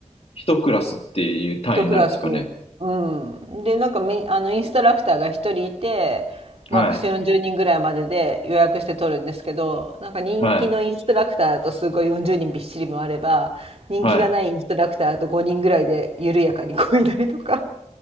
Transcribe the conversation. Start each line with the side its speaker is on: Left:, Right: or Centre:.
Left: 一クラスっていう単位になるんですかね
Right: 一クラス。うん。で、なんかみ、あの、インストラクターが一人いて、マックス40人ぐらいまでで予約して取るんですけど、
Left: はい。
Right: なんか人気のインストラクターだとすごい40人びっしりもあれば、
Left: はい。
Right: 人気がないインストラクターだと5人ぐらいで緩やかにこいだりとか。
Left: は